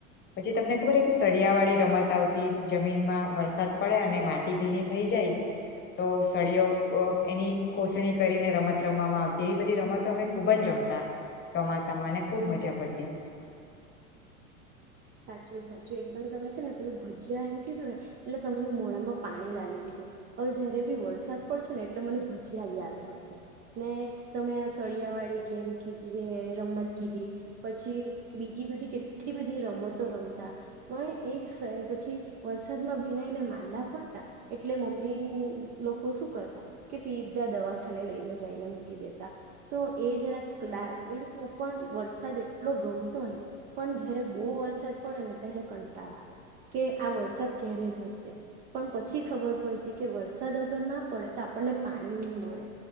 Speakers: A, on the left; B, on the right.
A: પછી તમને ખબર કે સળિયાવાળી રમત આવતી જમીનમાં વરસાદ પડે અને માટી ભીની થઈ જાય તો સળીઓ અ એની ખોસણી કરીને રમત રમવામાં આવતી એવી બધી રમતો અમે ખૂબ જ રમતા ચોમાસામાં અને ખૂબ મજા પડતી.
B: સાચું-સાચું એકદમ તમે છે ને પેલું ભજીયા એમ કીધું ને એટલે તમે તો મોડામાં પાણી લાવી દીધું હવે જયારે બી વરસાદ પડશે ને એટલે મને ભજીયા જ યાદ આવશે ને તમે આ સળિયા વાળી ગેમ કીધી એ રમત કીધી પછી બીજી બધી કેટલી બધી રમત રમતો રમતા વાંહે એ પછી વરસાદમાં ભીનાઈને માંદા પડતા એટલે મમ્મી લોકો શું કરતા કે સીધા દવાખાને લઈને જઈને મૂકી દેતા તો એ જરા લાગી ઉપર પણ વરસાદ એટલો ગમતો ને પણ જયારે બો વરસાદ પડે ને ત્યારે કંટાળ આવે કે આ વરસાદ ક્યારે જ હશે પણ પછી ખબર પડી તી કે વરસાદ અગર ના પડે તો આપણને પાણી ની મળે